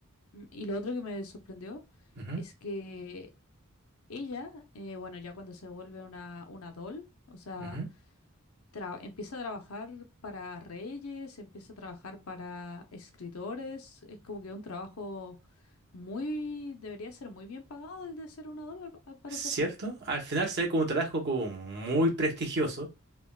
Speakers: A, on the left; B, on the right.
A: Mm, Y lo otro que me sorprendió
B: ujú,
A: es que ella, eh, bueno, ya cuando se vuelve una, una doll, o sea,
B: ujú.
A: tra- empieza a trabajar para reyes, empieza a trabajar para escritores, es como que un trabajo muy, debería ser muy bien pagado el de ser una doll, al, al parecer.
B: ¿Cierto? Al final se ve como un trabajo como muy prestigioso.